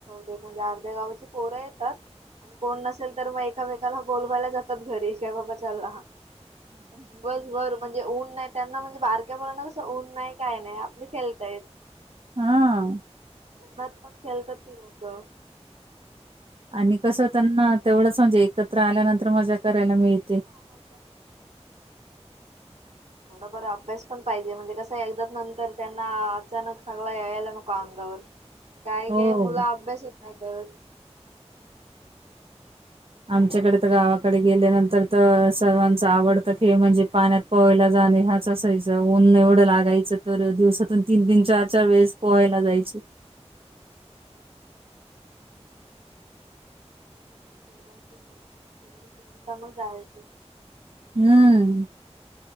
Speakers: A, on the right; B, on the right.
A: तेक म्हणजे अर्ध्या गावाची पोरं येतात. कोण नसेल तर मग एकामेकाला बोलवायला जातात घरी काय बाबा चाला ह. पण दिवसभर म्हणजे ऊन नाही त्यांना म्हणजे बारक्यावररना कसं ऊन. नाही काय नाही आपले खेळताय.
B: हा.
A: उन्हात पण खेळतात ती लोकं.
B: आणि कसं त्यांना तेवढंच म्हणजे एकत्र आल्यानंतर माझ्या करायला मीळते.
A: हा. थोडाफार अभ्यास पण पाहिजे म्हणजे कस एकदाच नंतर त्यांना अचानक सग यायला नको अंगावर. काही
B: हो.
A: काही मुल अभ्यासच नाही करत.
B: आमच्याकडे तर गावाकडे गेल्यानंतर तर सर्वांच आवडतं हे म्हणजे पाण्यात पोहायला जाणे हाच असायचा ऊन एवढं लागायचं तर दिवसातून तीन, तीन चार, चार वेळेस पोहायला जायचे.
A: <inaudible> खेलवायचे भरपूर खेळली, खेळली तर मग जायचे.
B: हं